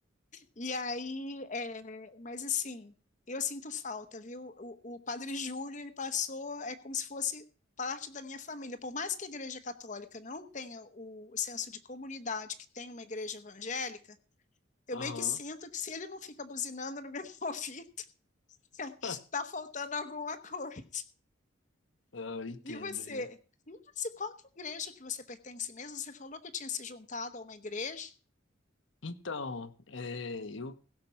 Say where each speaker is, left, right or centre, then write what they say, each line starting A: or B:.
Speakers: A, on the left; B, on the left.
A: E aí, é, mas assim, eu sinto falta, viu? O, o Padre Júlio, ele passou, é como se fosse parte da minha família. Por mais que a Igreja Católica não tenha o senso de comunidade que tem uma igreja evangélica, eu
B: <laughs> aham.
A: meio que sinto que se ele não fica buzinando no meu ouvido, <laughs>
B: <laughs>
A: tá faltando alguma coisa.
B: Ah, Eu entendo,
A: E você?
B: viu?
A: Mas e qual que é a igreja que você pertence mesmo? Você falou que tinha se juntado a uma igreja.
B: Então, é, eu